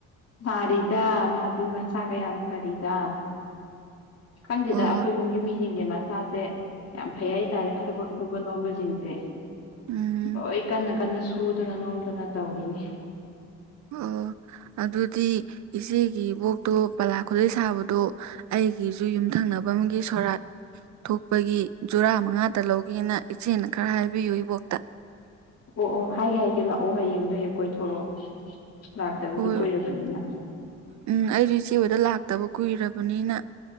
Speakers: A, on the left; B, on the right.
A: ꯁꯥꯔꯤꯗ ꯃꯥꯗꯤ ꯃꯁꯥꯒ ꯌꯥꯝ ꯐꯔꯤꯗ ꯈꯪꯗꯦꯗ
B: ꯑꯣ
A: ꯑꯩꯈꯣꯏ ꯏꯃꯨꯡꯒꯤ ꯃꯤꯁꯤꯡ ꯃꯁꯥꯁꯦ ꯌꯥꯝ ꯐꯩ ꯍꯥꯏꯇꯥꯔꯦ ꯊꯕꯛ ꯁꯨꯕ ꯅꯣꯝꯕꯁꯤꯡꯁꯦ
B: ꯎꯝ
A: ꯂꯣꯏ ꯀꯟꯅ ꯀꯟꯅ ꯁꯨꯗꯅ ꯅꯣꯝꯗꯅ ꯇꯧꯔꯤꯅꯤ
B: ꯑꯣ ꯑꯗꯨꯗꯤ ꯏꯆꯦꯒꯤ ꯏꯕꯣꯛꯇꯣ ꯄꯂꯥ ꯈꯨꯂꯩ ꯁꯥꯕꯗꯣ ꯑꯩꯒꯤꯁꯨ ꯌꯨꯝꯊꯪꯅꯕ ꯑꯃꯒꯤ ꯁꯣꯔꯥꯠ ꯊꯣꯛ ꯑꯩꯈꯣꯏꯒꯤ ꯖꯨꯔꯥ ꯃꯉꯥꯗ ꯂꯧꯒꯦꯅ ꯏꯆꯦꯅ ꯈꯔ ꯍꯥꯏꯕꯤꯌꯨ ꯏꯕꯣꯛꯇ
A: ꯑꯣ ꯑꯣ ꯍꯥꯏꯒꯦ ꯍꯥꯏꯒꯦ ꯂꯥꯛꯑꯣ ꯍꯌꯦꯡꯗꯣ ꯍꯦꯛ ꯀꯣꯏꯊꯣꯔꯛꯑꯣ ꯂꯥꯛꯇꯕꯁꯨ
B: ꯍꯣꯏ
A: ꯀꯨꯏꯔꯕꯅꯤꯅ
B: ꯎꯝ ꯑꯩꯁꯨ ꯏꯆꯦ ꯍꯣꯏꯗ ꯂꯥꯛꯇꯕ ꯀꯨꯏꯔꯕꯅꯤꯅ